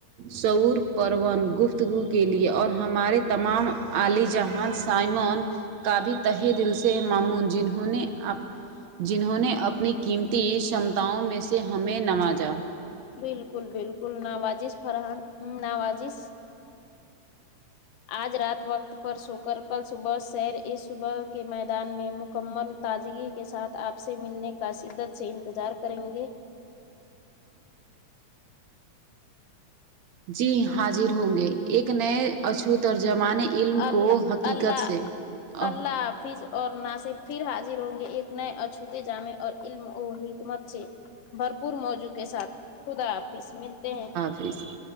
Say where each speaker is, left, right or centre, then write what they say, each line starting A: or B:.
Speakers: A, on the right; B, on the left.
A: شعور پروان گفتگو کے لیئے اور ہمارے تمام عالی جہاں سائمان کا بھی تہہ دل سے مامون جنہوں نے اپ جنہوں نے اپنی قیمتی شمتاؤں میں سے ہمیں نوازا
B: بالکل بالکل نوازش فراہم نوازش آج رات وقت پر سو کر کل صبح سیر اس صبح کے میدان میں مکمل تازگی کے ساتھ آپ سے ملنے کا شدت سے انتظار کریں گے
A: جی حاضر ہوں گے ایک نئے اچھوت اور زمانہء علم
B: اللہ
A: کو حقیقت
B: اللہ
A: سے آہ
B: اللہ حافظ اور ناصرف پھر حاضر ہوں گے ایک نئے اچھوتے جامع اور علم و حکمت سے بھرپور موضوع کے ساتھ خدا حافظ ملتے ہیں
A: <unintelligible>